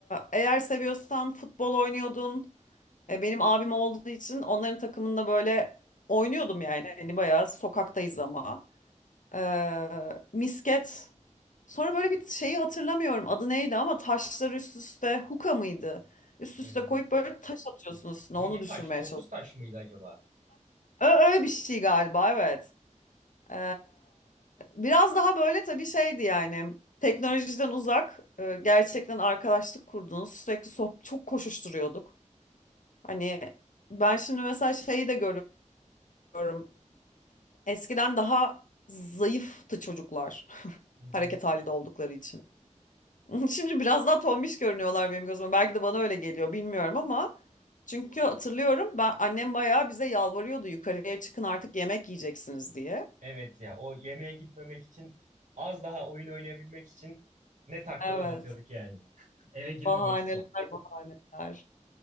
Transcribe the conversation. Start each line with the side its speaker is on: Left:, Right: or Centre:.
Left: eğer seviyorsan futbol oynuyordun. Ee, benim abim olduğu için onların takımında böyle oynuyordum yani. Hani bayağı sokaktayız ama. Ee, misket. Sonra böyle bir şeyi hatırlamıyorum adı neydi ama taşları üst üste huka mıydı? Üst üste
Right: Ee,
Left: koyup böyle taş atıyorsunuz, üstüne
Right: 7
Left: onu düşürmeye
Right: taş, 9
Left: çalışıyorsun.
Right: taş mıydı acaba?
Left: Ö- Öyle bir şey galiba evet. Ee, biraz daha böyle tabii şeydi yani teknolojiden uzak e, gerçekten arkadaşlık kurduğunuz sürekli sohbet, çok koşuşturuyorduk. Hani ben şimdi mesela şeyi de görüyorum eskiden daha zayıftı çocuklar <laughs>
Right: Hı hı.
Left: hareket halinde oldukları için. <laughs> Şimdi biraz daha tombiş görünüyorlar benim gözüme. Belki de bana öyle geliyor bilmiyorum ama çünkü hatırlıyorum ben annem bayağı bize yalvarıyordu yukarıya çıkın artık yemek yiyeceksiniz diye.
Right: Evet ya o yemeğe gitmemek için az daha oyun oynayabilmek için ne taklalar
Left: Evet.
Right: atıyorduk yani. <laughs> Eve girmemek
Left: Bahaneler
Right: için.
Left: bahaneler.